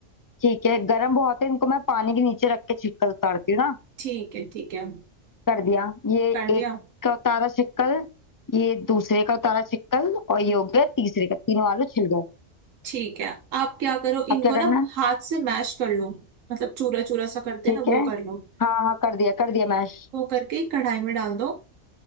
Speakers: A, on the left; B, on the right.
A: ठीक है गरम बहुत है इनको मैं पानी के नीचे रख के छिलका उतारती हूँ ना
B: ठीक है ठीक है
A: कर दिया ये
B: कर दिया
A: एक का उतारा शिक्कल ये दूसरे का उतारा शिक्कल और ये हो गया तीसरे का तीनों आलू छिल गए
B: ठीक है आप क्या करो
A: अब
B: इनको
A: क्या करना
B: ना
A: है?
B: हाथ से मैश कर लो मतलब चूरा चूरा सा करते
A: ठीक
B: हैं ना
A: है
B: वो कर लो
A: हाँ हाँ कर दिया कर दिया मैश
B: वो करके कढ़ाई में डाल दो